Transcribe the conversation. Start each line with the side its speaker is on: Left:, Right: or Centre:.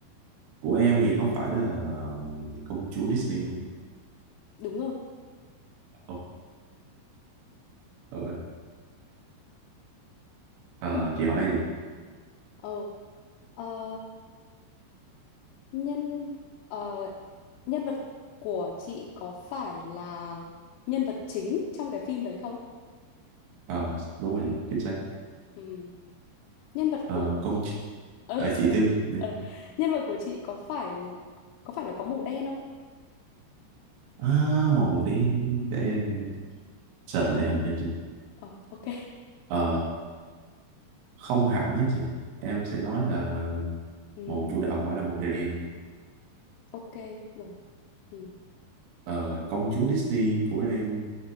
Right: của em thì có phải là công chúa Disney không chị
Left: Đúng rồi.
Right: Ồ, ờ, ờ,
Left: Ừ.
Right: chị hỏi gì
Left: Ờ, Ờ, nhân ờ, Nhân vật của chị có phải là nhân vật chính trong cái phim đấy không?
Right: ờ, đúng rồi chị, chính xác
Left: Ừm, Nhân vật
Right: ờ,
Left: của
Right: công ch-
Left: ừ, <laughs>
Right: ờ,
Left: sao-
Right: chị tiếp đi.
Left: ờ, nhân vật của chị có phải có phải là có màu đen không?
Right: à, màu đen để em search lại hình cho chị
Left: Ờ ok.
Right: ờ không hẳn á chị em sẽ nói là
Left: Ừm,
Right: màu chủ đạo không phải là màu đen
Left: ok rồi. Ừm,
Right: ờ, công chúa Disney của em